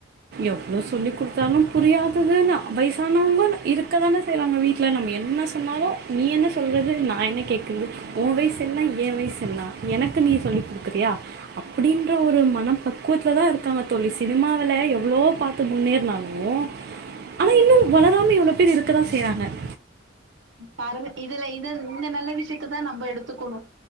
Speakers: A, on the right; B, on the right.
A: எவ்ளோ சொல்லி கொடுத்தாலும் புரியாததுனு அவைஸ் இருக்கதானே செய்றாங்க வீட்ல நம்ம என்ன சொன்னாலு நீ என்ன சொல்றது நா என்ன கேக்கறது ஓ வயசென்ன ஏ வயசென்னா எனக்கு நீ சொல்லி குடுக்குறியா அப்டின்ற ஒரு மன பக்குவத்துல தா இருக்காங்க தோழி சினிமாவில எவ் ளோ பாத்து முன்னேறுனாலும் ஆனா இன்னு வளராம இவ்ளோ பேர் இருக்கதா செய்றாங்க
B: பாருங்க இதுல இது இந்த நல்ல விஷயத்த தா நம்ப எடுத்துக்கணும்